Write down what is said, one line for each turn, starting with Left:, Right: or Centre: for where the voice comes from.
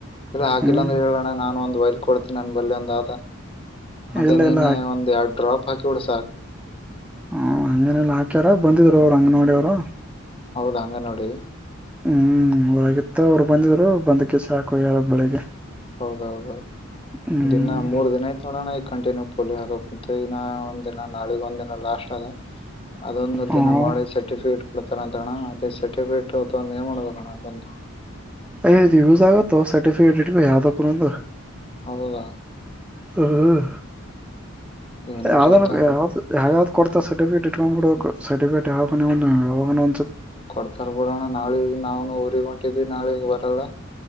Left: ಇಲ್ಲ ಹಾಕಿಲ್ಲ
Centre: ಹ್ಮ್
Left: ಅಂದ್ರೆ ಹೇಳೋಣ ನಾನು ಒಂದ ವ. ಕೊಡ್ತೀನಿ ನನ್ನ ಬಲ್ಲಿಿ ಒಂದ ಅದೇ
Centre: ಇಲ್ಲ
Left: ನೀನ
Centre: ಇಲ್ಲ
Left: ಒಂದ ಎರಡು ಡ್ರಾಪ್ ಹಾಕಿ ಬಿಡ ಸಾಕು.
Centre: ಹ ಅನಲ್ಲಾಕರ. ಬಂದಿದ್ರು ಅವರು ಹಂಗ ನೋಡಿ ಅವರು
Left: ಹೌದ ಹಂಗ ನೋಡಿ
Centre: ಹ್ಮ್ ಹೊರಗತ್ತ ಅವರು. ಬಂದಿದ್ರು ಬಂದಕ್ಕೆ ಸಾಕು ಯಾರ ಬೆಳಿಗ್ಗೆ.
Left: ಹೌದೌದೌದು್
Centre: ಹ್ಮ್
Left: ದಿನ ಮೂರ್ ದಿನ ಆಯತು ನೋಡೋಣ ಈ ಕಂಟಿನ್ಯೂ ಪೋಲಿಯೋ ಹಾಕಕ್. ಮ ಇನ್ನ ಒಂದ್ ದಿನ ನಾಳಗ್ ಒಂದ್ ದಿನ ಲಾಸ್ಟ್ ಆದದ. ಅದೊಂದ
Centre: ಹ್ಮ್
Left: ದಿನ ಮಾಡಿ ಸರ್ಟಿಫಿಕೇಟ್ ಕೊಡ್ತಾರ ಅಂತ ಅಣ್ಣ ಅದೇ ಸರ್ಟಿಫಿಕೇಟ್ ಒಂದ ಏನ್ ಮಾಡ್ಬೇಕ ಅಣ್ಣ ಅದೊಂದು.
Centre: ಅಯದು ಯೂಸ್ ಆಗತ್ತೋ ಸರ್ಟಿಫಿಕೇಟ್ ಇಟ್ಕ ಯಾವ್ದಕಂದು.
Left: ಹೌದಾ
Centre: ಹ್ಮ್್ಮ.
Left: ಏನ್
Centre: ಯಾವ್ದ
Left: ವಿಜಾತ
Centre: ಯಾವ್ದ ಯಾವ್ದ್ ಕೊಡ್ತ ಸರ್ಟಿಿಕಟ್ ಇಟ್ಕೊಂಡ್ಬ ಬಿಡ ಸರ್ಟಿಫಿಕೇಟ್ ಯಾವ ಯ.
Left: ಕೊಡ್ತಾರ್ ಬಿಡೋಣ ನಾಳಿಗ್ ನಾವ್ನು ಊರಿಗೆಗ್ ಹೊಂಟಿದೀವಿ ನಾಳಿಗ್ ಬರಲ್ಲ.